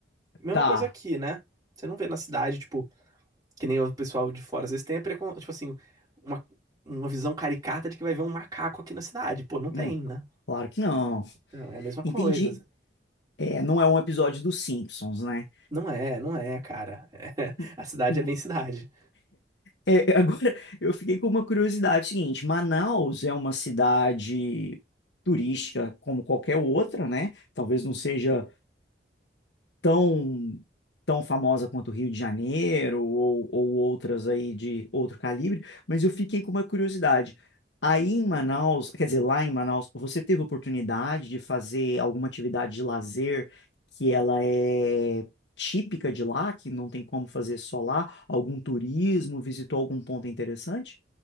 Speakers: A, on the right (about 20°); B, on the left (about 85°).
A: Mesma
B: Tá.
A: coisa aqui, né? Você não vê na cidade, tipo, que nem o pessoal de fora, às vezes tem a precon... tipo assim, uma, uma visão caricata de que vai ver um macaco aqui na cidade. Pô, não tem,
B: Hum,
A: né?
B: claro que não.
A: Então, é a mesma coisa.
B: Entendi. É, não é um episódio dos Simpsons, né?
A: Não é, não é, cara. <laughs> É,
B: Hum,
A: a cidade
B: hum,
A: é bem cidade.
B: é, agora, <laughs> eu fiquei com uma curiosidade seguinte: Manaus é uma cidade turística como qualquer outra, né? Talvez não seja tão tão famosa quanto o Rio de Janeiro ou, ou outras aí de outro calibre, mas eu fiquei com uma curiosidade. Aí em Manaus, quer dizer, lá em Manaus, você teve oportunidade de fazer alguma atividade de lazer que ela é típica de lá, que não tem como fazer só lá? Algum turismo? Visitou algum ponto interessante?